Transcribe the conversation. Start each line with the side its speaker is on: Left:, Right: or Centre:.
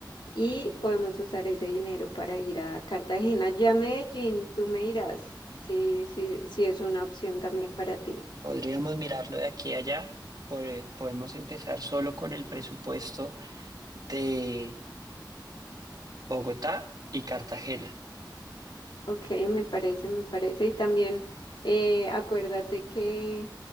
Left: y podemos usar ese dinero para ir a Cartagena. Ya Medellín, tú me dirás si, si, si es una opción también para ti.
Right: Podríamos mirarlo de aquí a allá. Pode- podemos empezar solo con el presupuesto de Bogotá y Cartagena.
Left: Ok, me parece, me parece. Y también eh, acuérdate que